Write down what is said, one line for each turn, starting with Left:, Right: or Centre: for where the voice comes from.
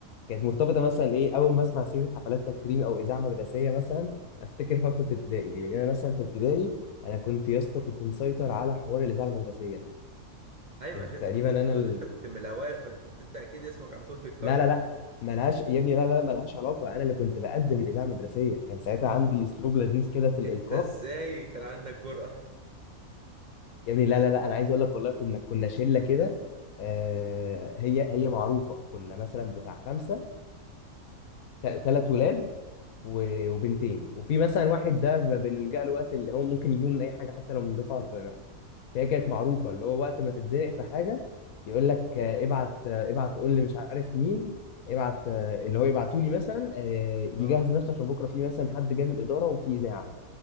Left: كانت مرتبطه مثلا ايه اول ما اسمع سيره حفلات تكريم او اذاعه مدرسيه مثلا افتكر فتره ابتدائي دي لان انا مثلا في ابتدائي انا كنت يا اسطى كنت مسيطر على حوار الاذاعه المدرسيه ده
Right: ايوه
Left: كنت
Right: عشان
Left: تقريبا
Right: انت كنت انت
Left: انا
Right: بتقول
Left: ال...
Right: ان انت كنت من الاوائل فكنت انت اكيد اسمك على طول بيتكرر
Left: لا لا لا ملهاش يا ابني لا لا لا ملهاش علاقه انا اللي كنت بقدم الاذاعه المدرسيه كان ساعتها
Right: اه
Left: عندي اسلوب لذيذ كده في
Right: انت
Left: الالقاء
Right: ازاي كان عندك جرأة
Left: يا ابني لا لا لا انا عايز اقول لك والله كنا كنا شله كده آه هي هي معروفه كنا مثلا بتاع خمسه ثلاث ولاد و- وبنتين وفي مثلا واحد ده ب- بنلجأ له وقت اللي هو ممكن يجيبه من اي حاجه حتى لو من دفعه صغيره فهي كانت معروفه اللي هو وقت ما تتزنق في حاجه يقول لك آه، ابعت آه، ابعت قول لي مش عارف مين ابعت آه، اللي هو يبعتوا لي مثلا آه،
Right: <laughs> اه
Left: يجهز نفسه عشان بكره في مثلا حد جاي من الاداره وفي اذاعه